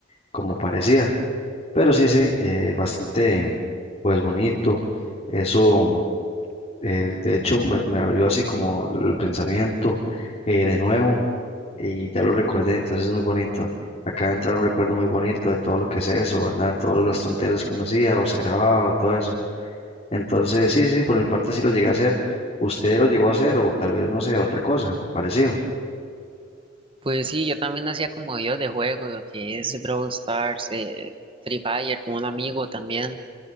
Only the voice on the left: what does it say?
como parecida. Pero sí, sí, eh, bastante pues bonito. Eso eh, de hecho, me, me abrió así como el pensamiento eh, de nuevo y ya lo recordé, entonces es muy bonito. Acaba de entrar un recuerdo muy bonito de todo lo que es eso, ¿verdad? Todas las tonteras que uno hacía o se grababa o todo eso. Entonces, sí, sí, por mi parte sí lo llegué a hacer. ¿Usted lo llegó a hacer o tal vez, no sé, otra cosa parecido?